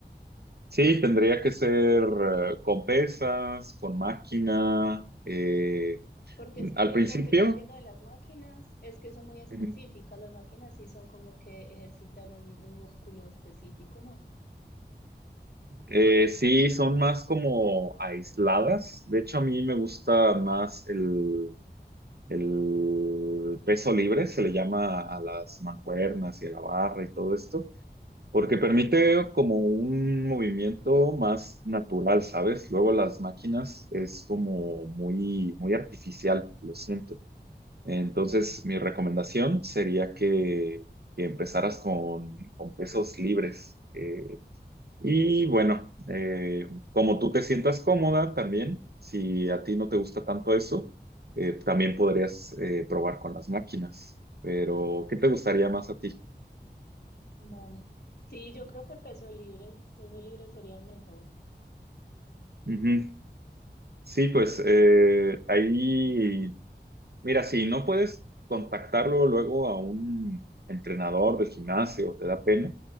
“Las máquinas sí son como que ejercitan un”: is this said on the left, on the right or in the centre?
Left